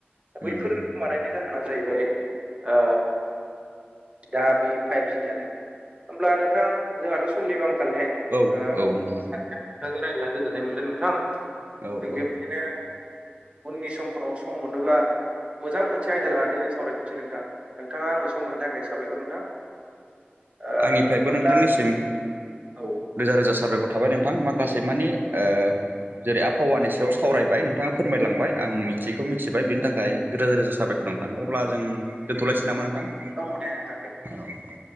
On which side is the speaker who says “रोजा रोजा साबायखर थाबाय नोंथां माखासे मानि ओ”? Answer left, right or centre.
Right